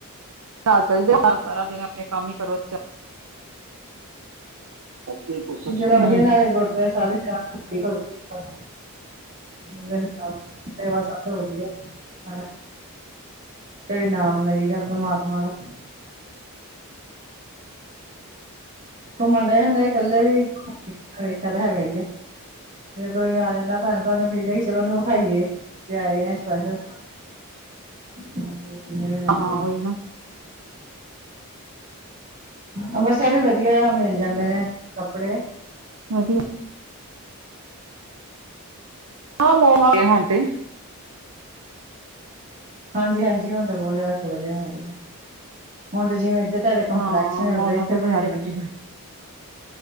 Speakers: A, on the right; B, on the right.
A: <unintelligible> ਆਂਪਾ ਸਾਰਾ ਦਿਨ ਆਪਣੇ ਕੰਮ ਈ ਕਰੋ ਤੇ ਹੂੰ,
B: ਚਲੋ ਵਦਿਆ ਸਾਰੇ ਗੁਰਦਵਾਰੇ ਸੈਬ ਵੀ ਨਾਲ <unintelligible> ਸੇਵਾ ਸਬ ਤੋਂ ਵਧੀਆ ਹੈ ਕਦੇ ਨਾਮ ਲਈ ਦੈ ਪਰਮਾਤਮਾ ਦਾ ਘੂੰਮਣ ਡਯੇ ਹੁੰਦੇ ਈ ਕੱਲੇ ਵੀ ਵੇਖਿਯਾ ਤਾਂ ਹੈਗਾ ਈ ਐ ਜੇ ਕੋਈ ਆ ਜਾਂਦਾ ਭੈਣ ਭਰਾ ਨੂੰ ਕਈ ਦਾ ਹੈ ਕੀ ਚਲੋ ਉਹਨੂੰ ਵਿਖਾਈਏ ਐ ਆਏ ਐ ਸਪੈਸ਼ਲ ਵਧੀਆ ਠੀਕ ਹੈ
A: ਹਾਂ
B: ਚਲੋ
A: ਉਹੀ ਨਾ
B: ਅੰਮ੍ਰਿਤਸਰ ਵੀ ਵਦਿਆ ਆ ਮਿਲ ਜਾਂਦੇ ਨੇ ਕੱਪੜੇ
A: ਵਧੀਆ <unintelligible> ਪਏ ਹੋਣ ਤੇ
B: ਹਂਜੀ ਹਂਜੀ ਹੁਣ ਤਾਂ ਬੋਤ ਜਾਦਾ ਖੁੱਲ ਗਿਆ ਹੈਗਾ ਹੁਣ ਤੇ ਜਿਵੇਂ ਏਦਰ ਤੁਹਾਡੇ ਕੰਪਲੈਕਛ
A: ਹਾਂ ਮੋਲਾਂ
B: ਔਦਾਂ ਹੀ ਐਥੇ
A: ਤੋਂ
B: ਬਣੇ
A: ਤੇ ਹਰ
B: ਪਏ
A: ਇੱਕ
B: ਨੇ
A: ਚੀਜ਼